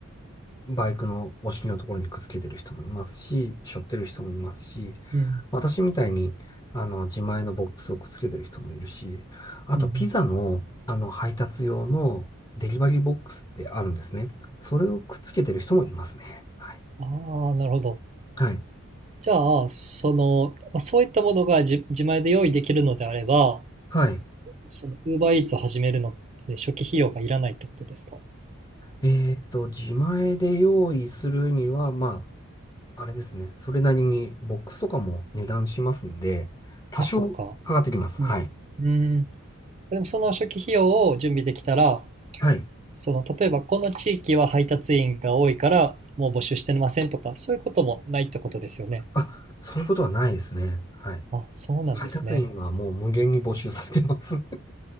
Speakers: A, on the left; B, on the right.
A: ー、バイクのお尻のところにくっつけてる人もいますし、背負ってる人もいますし、
B: うん
A: 私みたいに、あの、自前のボックスをくっつけてる人もいるし、あとピザの、
B: うんうん
A: あの、配達用のデリバリーボックスってあるんですね。それをくっつけてる人もいますね。はい。
B: ああなるほど
A: はい
B: じゃあ、その、まあ、そういったものが自、自前で用意できるのであれば、
A: はい。
B: その Uber Eats を始めるのって初期費用がいらないってことですか
A: えーっと、自前で用意するには、まあ、あれですね。それなりにボックスとかも値段しますんで、多少かかってきます。
B: あ、そっか。うん。
A: はい。
B: うーん。でもその初期費用を準備できたら、
A: はい。
B: その、例えばこの地域は配達員が多いから、もう募集してませんとか、そういうこともないってことですよね。
A: あ、そういうことはないですね。はい。
B: あ、そうなんですね。
A: 配達員はもう無限に募集されてます。<laughs>